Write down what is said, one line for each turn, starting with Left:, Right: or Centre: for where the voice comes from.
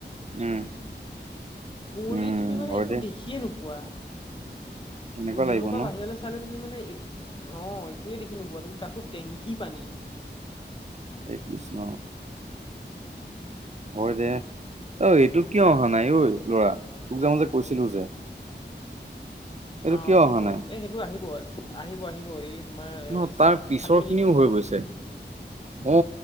Right: উম।
Left: কুৱলী
Right: উম
Left: তুমি মানে
Right: হয়
Left: একো
Right: দে
Left: দেখিয়ে নোপোৱা
Right: তেনেকুৱা
Left: ৰুমৰ
Right: লাগিব
Left: পৰা
Right: ন
Left: বাহিৰলে চালে তুমি মানে অ, একোৱে দেখি নোপোৱা তুমি তাকো টেংকি পানী
Right: হে কৃষ্ণ হয়, দে অ, এইটো কিয় অহা নাই ঐ ল'ৰা তোক যে মই যে কৈছিলো যে এইটো
Left: অ', অ',
Right: কিয় অহা
Left: অ',
Right: নাই
Left: এই সেইটো আহিব, আহিব, আহিব এই। তোমাৰ
Right: ন তাৰ পিছৰ
Left: সাত মিনিটটো
Right: খিনিও হৈ
Left: ন?
Right: গৈছে অ